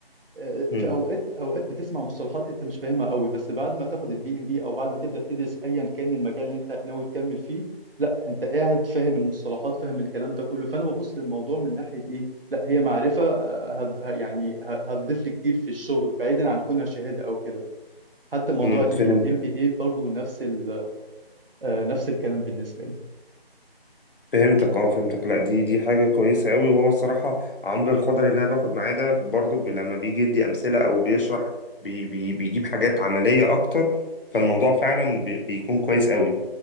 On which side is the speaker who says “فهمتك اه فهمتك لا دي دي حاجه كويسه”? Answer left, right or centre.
Left